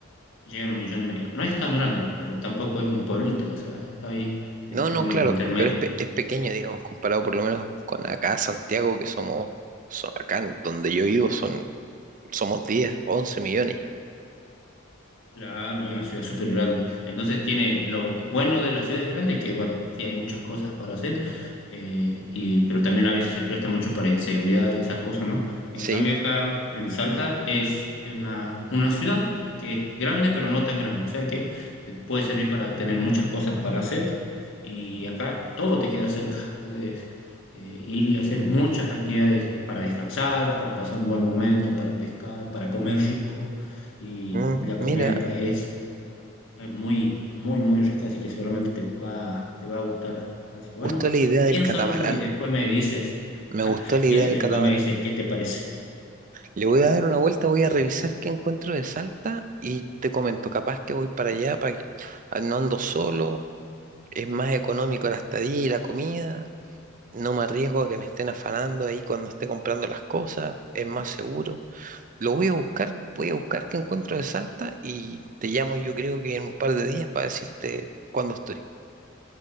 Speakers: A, on the left; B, on the right.
A: llegan a un millón y medio. No es tan grande, pero tampoco es un pueblito, o sea, está ahí en
B: No,
A: términos
B: no, claro,
A: intermedios.
B: pero es, pe- es pequeño, digamos, comparado por lo menos con acá, Santiago, que somos, so- acá en donde yo vivo, son, somos 10 11 millones ya.
A: Claro, es una ciudad súper grande. Entonces tiene lo bueno de las ciudades grandes que, bueno, sí hay muchas cosas para hacer, eh, y, pero también a veces se presta mucho para inseguridad y esas cosas, ¿no? En
B: Sí,
A: cambio acá en Salta es una, una ciudad que es grande, pero no tan grande. O sea que te puede servir para tener muchas cosas para hacer y acá todo te queda cerca. Puedes eh, ir y hacer muchas actividades para descansar, para pasar un buen momento, para pescar, para comer rico y
B: Mm,
A: la
B: mira,
A: comida acá es, es muy, muy, muy rica, así que seguramente te va, te va a gustar. Así que
B: me
A: bueno,
B: gustó la idea
A: piénsalo
B: del catamarán.
A: y después me dices,
B: Me
A: <laughs>
B: gustó la
A: piénsalo
B: idea del
A: y
B: catamarán.
A: después me dices qué te parece.
B: Le voy a dar una vuelta, voy a revisar qué encuentro de Salta y te comento, capaz que voy para allá, para que ah, no ando solo, es más económico la estadía y la comida, no me arriesgo a que me estén afanando ahí cuando esté comprando las cosas, es más seguro. Lo voy a buscar, voy a buscar qué encuentro de Salta y te llamo yo creo que en un par de días para decirte cuándo estoy.